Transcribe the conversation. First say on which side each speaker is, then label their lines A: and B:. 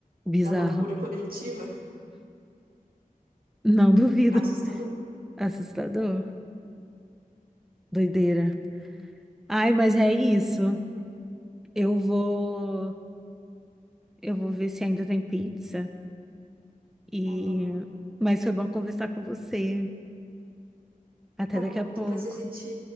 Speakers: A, in the centre; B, on the right.
A: Bizarro.
B: da loucura coletiva,
A: Não duvido.
B: assustador.
A: <laughs> Assustador. Doideira. Ai, mas é isso. Eu vou, eu vou ver se ainda tem pizza. E,
B: Tá bom.
A: mas foi bom conversar com você. Até
B: Tá
A: daqui
B: bom,
A: a pouco.
B: depois a gente.